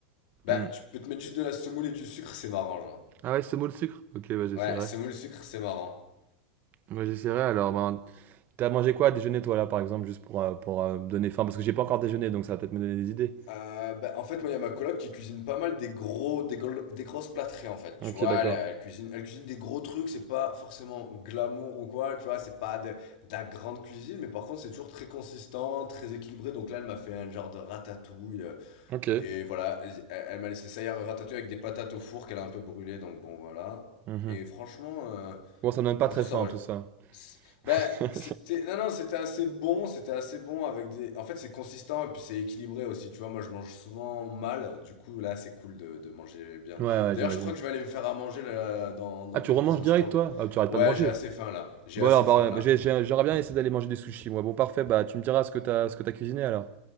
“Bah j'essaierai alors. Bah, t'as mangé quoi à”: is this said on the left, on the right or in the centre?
Right